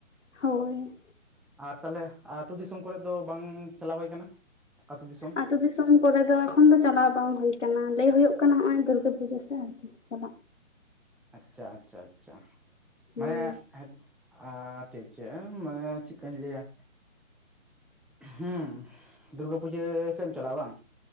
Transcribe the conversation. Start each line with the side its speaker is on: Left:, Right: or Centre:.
Left: ᱦᱳᱭ᱾
Centre: ᱟᱨ ᱛᱟᱦᱚᱞᱮ ᱟᱛᱩ ᱫᱤᱥᱚᱢ ᱠᱚᱨᱮ ᱫᱚ ᱵᱟᱝ ᱪᱟᱞᱟᱣ ᱦᱩᱭ ᱠᱟᱱᱟ ᱟᱛᱩ ᱫᱤᱥᱚᱢ᱾
Left: ᱟᱛᱩ ᱫᱤᱥᱚᱢ ᱠᱚᱨᱮ ᱫᱚ ᱮᱠᱷᱚᱱ ᱫᱚ ᱪᱟᱞᱟᱣ ᱵᱟᱝ ᱦᱩᱭ ᱠᱟᱱᱟ ᱞᱟᱹᱭ ᱦᱩᱭᱩᱜ ᱠᱟᱱᱟ ᱦᱚᱜᱼᱚᱭ ᱫᱩᱨᱜᱟᱹ ᱯᱩᱡᱟᱹ ᱥᱮ ᱟᱨᱠᱤ᱾ ᱪᱟᱞᱟᱜ᱾
Centre: ᱟᱪᱪᱷᱟ, ᱟᱪᱪᱷᱟ, ᱟᱪᱪᱷᱟ,
Left: ᱦᱩᱸ
Centre: ᱢᱟᱱᱮ ᱦᱮ ᱟ ᱴᱷᱤᱠ ᱪᱮ ᱮᱢ ᱢᱟᱱᱮ ᱪᱤᱜᱠᱟᱧ ᱞᱟᱹᱭᱟ᱾ ᱦᱩᱸ ᱫᱩᱨᱜᱟᱹ ᱯᱩᱡᱟᱹ ᱥᱮᱢ ᱪᱟᱞᱟᱜᱼᱟ ᱵᱟᱝ᱾